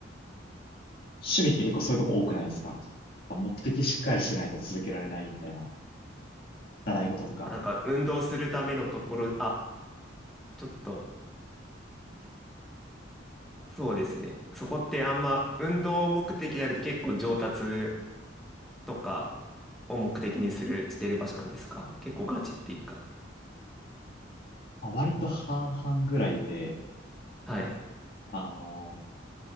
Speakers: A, on the left; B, in the centre.
A: 趣味って結構そういうとこ多くないですか目的しっかりしないと続けられないみたいな習い事とか。
B: なんか、運動するためのところ、あ、ちょっと、そうですね。そこってあんま、運動目的じゃなくて結構上達とかを目的にする、してる場所なんですか結構ガチっていうか。
A: まあ、割と半々ぐらいで、
B: はい。
A: あの、